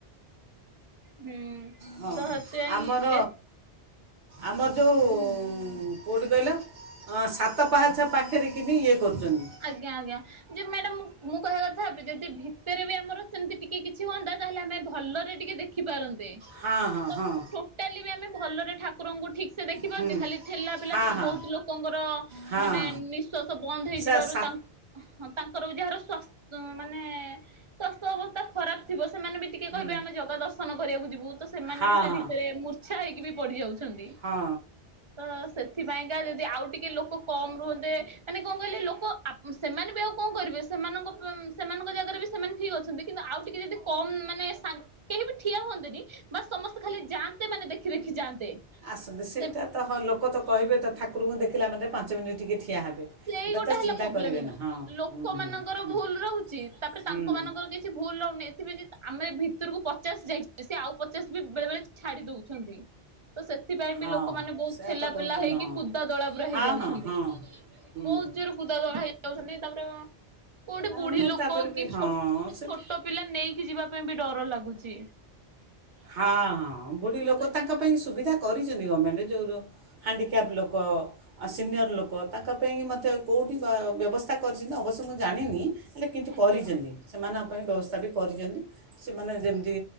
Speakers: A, on the right; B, on the right.
A: ହୁଁ
B: ହଁ
A: ତ ସେଥିପାଇଁ
B: ଆମର
A: ଏ
B: ଆମର ଯୋଉ
A: ହୁଁ।
B: କୋଉଠି କହିଲ ସାତ ପାହାଚ ପାଖରେ କିିନି ଇଏ କରୁଚନ୍ତି।
A: ଆଜ୍ଞା ଆଜ୍ଞା। ଯେ ମ୍ୟାଡାମ, ମୁଁ କହିବା କଥା ଏବେ ଯଦି ଭିତରେ ବି ଆମର ସେମିତି ଟିକେ କିଛି ହୁଅନ୍ତା, ତାହେଲେ ଆମେ ଭଲରେ ଟିକେ ଦେଖି- ଖି ପାରନ୍ତେ।
B: ହଁ ହଁ
A: ତ
B: ହଁ।
A: ଟୋଟାଲି ବି ଆମେ ଭଲରେ ଠାକୁରଙ୍କୁ ଠିକ ସେ ଦେଖିପାରୁଛେ?
B: ହୁଁ
A: ଖାଲି ଠେଲା ପେଲା
B: ହଁ
A: ତାପରେ
B: ହଁ
A: ବହୁତ୍ ଲୋକଙ୍କର
B: ହଁ
A: ମାନେ ନିଃଶ୍ଵାସ ବନ୍ଦ ହେଇଯିବାରୁ
B: ସେ ସା
A: ତାଙ୍କୁ ହଁ- ତାଙ୍କର ବି ଯାହାର ସ୍ବାସ୍ଥ ମାନେ ସ୍ୱାସ୍ଥ୍ୟ ଅବସ୍ଥା ଖରାପ ଥିବ ସେମାନେ ବି- ଟିକେ କହିବେ
B: ହୁଁ,
A: ଆମେ ଜଗା ଦର୍ଶନ କରିବାକୁ ଯିବୁ, ତ ସେମାନେ
B: ହଁ
A: ବି ସେ
B: ହଁ
A: ଭିତରେ ମୂର୍ଚ୍ଛା ହେଇକି ବି ପଡ଼ି ଯାଉଛନ୍ତି।
B: ହଁ।
A: ତ ସେଥିପାଇଁକା ଯଦି ଆଉ ଟିକେ ଲୋକ କମ୍ ରୁହନ୍ତେ ମାନେ କଣ କହିଲେ ଲୋକ୍ କ ଆପ୍ ସେମାନେ ବି ଆଉ କଣ କରିବେ ସେମାନଙ୍କ ପଁ ସେମାନଙ୍କ ଜାଗାରେ ବି ସେମାନେ ଠିକ ଅଛନ୍ତି। କିନ୍ତୁ ଆଉ ଟିକେ ଯଦି କମ୍ ମାନେ ସାଙ୍ଗ୍ କେହି ବି ଠିଆ ହୁଅନ୍ତେନି। ବାସ୍ ସମସ୍ତେ ଖାଲି ଯାଆନ୍ତେ। ମାନେ ଦେଖି ଦେଖି ଯାଆନ୍ତେ।
B: ଆସନ୍ତୁ ସେଇଟା
A: ସେ
B: ତ ହଁ ଲୋକ ତ କହିବେ ତ ଠାକୁରଙ୍କୁ ଦେଖିଲା ମାନେ ପାଞ୍ଚ ମିନିଟ୍ ଟିକେ ଠିଆ ହେବେ।
A: ସେଇ
B: ଦାତା
A: ଗୋଟେ ହେଲା
B: ଚିନ୍ତା
A: ପ୍ରୋବ୍ଲେମ।
B: କରିବେ ନା ହଁ
A: ଲୋକମାନଙ୍କର
B: ହୁଁ ହୁଁ ହୁଁ।
A: ଭୁଲ ରହୁଛି ତାପରେ
B: ହୁଁ
A: ତାଙ୍କ ମାନଙ୍କର ବି କି ଭୁଲ ରହୁନି ଏଥିପାଇଁ ଯଦ୍ ଆମେ ଭିତରକୁ ପଚାଶ୍ ଯାଇଛେ। ସେ ଆଉ ପଚାଶ୍ ବି ବେଳେ ବେଳେ ଛାଡି ଦଉଛନ୍ତି। ତ ସେଥିପାଇଁ
B: ହଁ
A: ବି ଲୋକମାନେ ବହୁତ
B: ସେୟା
A: ଠେଲାପେଲା
B: ତ କରୁଛନ୍ତି
A: ହେଇକି
B: ହଁ
A: କୁଦା ଦଳା ପୁରା
B: ହଁ
A: ହେଇଯାଉଛନ୍ତି।
B: ହଁ ହଁ ହୁଁ
A: ବହୁତ ଜୋର କୁଦା ଦଳା ହେଇଯାଉଛନ୍ତି ତାପରେ କୋଉଠି
B: ଆଉ
A: ବୁଢୀ
B: ନା
A: ଲୋକ
B: ତାପରେ ବି
A: କି
B: ହଁ
A: ଛୋଟ୍
B: ସେଠି
A: ଛୋଟ ପିଲା ନେଇକି ଯିବା ପାଇଁ ବି ଡର ଲାଗୁଛି।
B: ହଁ ହଁ ବୁଢ଼ି
A: ତ
B: ଲୋକ
A: ସେ
B: ତାଙ୍କ ପାଇଁ ସୁବିଧା କରିଚନ୍ତି ଗମେଣ୍ଟେ ଯୋଉର। ହାଣ୍ଡିକ୍ୟାପ୍ ଲୋକ ସିନିୟର ଲୋକ ତାଙ୍କ ପାଇଁକି ମୋତେ କୋଉଠି ବା ବ୍ୟବସ୍ଥା କରିଚନ୍ତି ଅବଶ୍ୟ ମୁଁ ଜାଣିନି ହେଲେ କିନ୍ତୁ
A: ଆଜ୍ଞା
B: କରିଚନ୍ତି। ସେମାନଙ୍କ ପାଇଁ ବ୍ୟବସ୍ଥା ବି କରିଛନ୍ତି ସେମାନେ ଯେମିତି